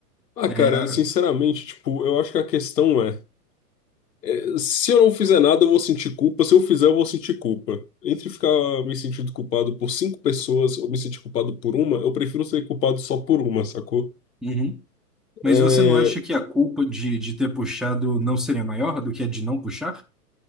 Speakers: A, on the left (about 90°); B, in the centre.
A: Ah,
B: É,
A: cara,
B: a-
A: sinceramente, tipo, eu acho que a questão é. É, Se eu não fizer nada, eu vou sentir culpa. Se eu fizer, eu vou sentir culpa. Entre ficar me sentindo culpado por cinco pessoas ou me sentir culpado por uma, eu prefiro ser culpado só por uma, sacou?
B: Uhum. Mas
A: É,
B: você não acha que a culpa de, de ter puxado não seria maior do que a de não puxar?